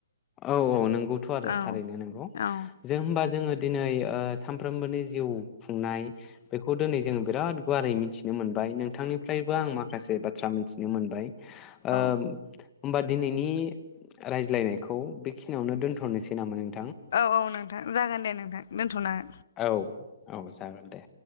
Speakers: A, on the left (about 20°); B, on the left (about 55°).
A: औ औ नोंगौथ आरो
B: औ
A: थारैनो नोंगौ
B: औ
A: जों होमबा जोङो दिनै सानफ्रोमबोनि जिउ खुंनाय बेखौ दिनै जोङो बिराद गुवारै मिथिनो मोनबाय नोंथांनिफ्रायबो आं माखासे बाथ्रा मिथिनो मोनबाय ओ
B: औ
A: होमबा दिनैनि रायज्लायनाय खौ बेखिनियावनो दोनथनोसै नामोन नों
B: औ औ नोंथां जागोन दे नोंथां दोनथ
A: औ औ जागोन दे